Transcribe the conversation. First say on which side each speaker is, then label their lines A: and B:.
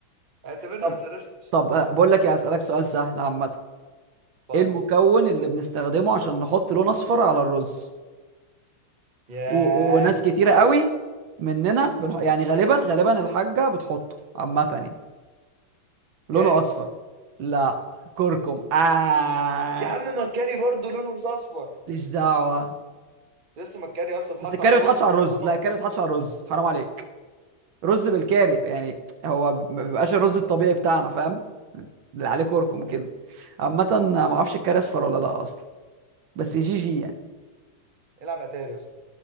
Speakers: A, on the right; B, on the right.
A: اعتبرني
B: طب
A: ما سرشتش
B: طب آه، بقول لك ايه اسالك سؤال سهل عامه
A: اتفضل
B: ايه المكون اللي بنستخدمه عشان نحط لون اصفر على الرز
A: ياه
B: و... وناس كتيره قوي مننا بنح... يعني غالبا غالبا الحاجه بتحطه عامه يعني لونه
A: كاري
B: اصفر لا كركم آه
A: يا عم ما الكاري برضه لونه اصفر
B: ليش دعوه
A: لسه ما الكاري يا اسطى اتحط
B: بس الكاري
A: على الرز
B: ما بيتحطش على الرز
A: لونه
B: لا
A: اصفر
B: الكاري ما بيتحطش على الرز حرام عليك رز بالكاري يعني هو ب- ما بيبقاش الرز الطبيعي بتاعنا فاهم اللي
A: ماشي
B: عليه كركم
A: يا اسطى
B: كده عامه ما اعرفش الكاري اصفر ولا لا اصلا بس جي
A: ماشي
B: جي يعني
A: العب اتاري يا اسطى